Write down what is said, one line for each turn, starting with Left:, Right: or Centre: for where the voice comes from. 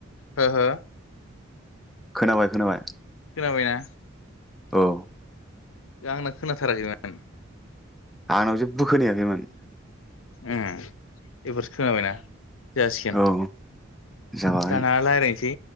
Left: हो हो
Centre: खोनाबाय खोनाबाय
Left: खोनाबायना
Centre: औ
Left: दा आंना खोनाथाराखैमोन
Centre: आंनाव जेबो खोनायाखैमोन
Left: ओ एबारसो खोनाबायना? जासिगोन
Centre: औ जाबाय
Left: दाना लायरानसै